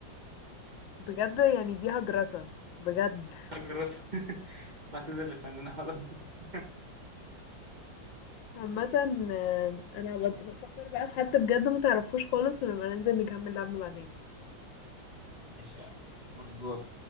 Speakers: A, on the left; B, on the right.
A: بجد يعني دي هجرسة بجد
B: <laughs> حاجة راسك <laughs> بعتذر للفنانة هدى <laughs> رئيس.
A: عامة آه، انا بد- بفكر بقى في حد بجد ما تعرفوش خالص ونبقى ننزل نكمل لعبنا بعدين
B: ماشي يا عم برضه